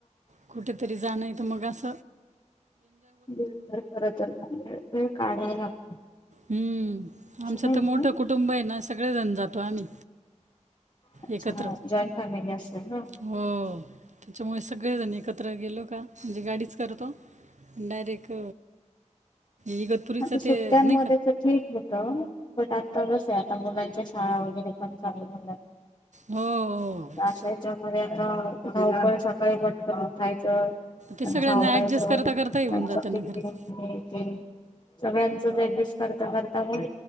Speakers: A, on the right; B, on the left.
A: कुठेतरी जाण तमुग गस
B: वळ तर खरं तरळ काढाय लागत
A: हम्म आमचं
B: नाही
A: तर मोठं कुटुंब आहे ना सगळेजण जातो आम्ही
B: अच्छा
A: एकत्र
B: जॉईंट फॅमिली असेल ना
A: हो त्याच्यामुळे सगळेजण एकत्र गेलो म्हणजे गाडीच करतो डायरेक् इग पुरीस
B: आता सुट्ट्यांमध्ये
A: ते न
B: ठीक होत पट आता कस आहे आता मुलांच्या शाळा वगैरे पणगू
A: हो हो
B: आशाच्या मध्ये आता गावकळ सकाळी भटकन उठायचं त्यांच
A: ते सगळ्यांना
B: आवडायचं
A: ॲडजस्ट करता करता
B: त्यांच
A: येऊन जातं
B: टिके
A: ना खरंच
B: येथे सगळ्यांचच डजस् करता करता पण